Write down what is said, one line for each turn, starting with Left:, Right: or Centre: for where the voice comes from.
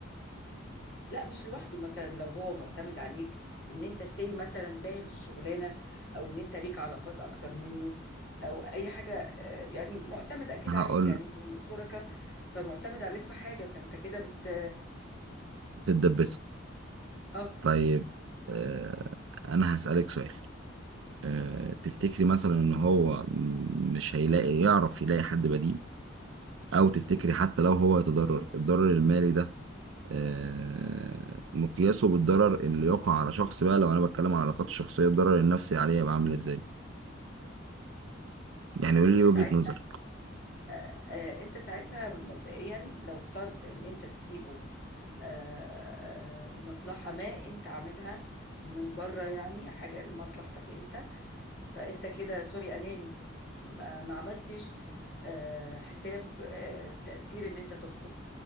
Left: لا مش لوحده مثلا لو هو معتمد عليك ان انت سي مثلا فاهم في الشغلانة او ان انت ليك علاقات اكتر منه او اي حاجة آه، يعني معتمد اكيد
Right: هقول
Left: عليك يعني انتوا شركاء فمعتمد عليك في حاجة فانت كده بت
Right: تتدبسوا
Left: اه
Right: طيب آه، انا هسألك سؤال آه، تفتكري مثلا ان هو م- مش هيلاقي يعرف يلاقي حد بديل او تفتكري حتى لو هو يتضرر الضرر المالي ده آه، مقياسه بالضرر اللي يقع على شخص بقى لو انا بتكلم عن علاقات الشخصية الضرر النفسي عليه يبقى عامل ازاي يعني
Left: اصل
Right: قولي
Left: انت
Right: لي وجهة
Left: ساعتها
Right: نظرك
Left: آه، آه، انت ساعتها مبدئيا لو اخترت ان انت تسيبه آه، آه، لمصلحة ما انت عاملها من بره يعني حاجة لمصلحتك انت فانت كده سوري اناني ما ما عملتش آه، حساب آه، تأثير ان انت تخرج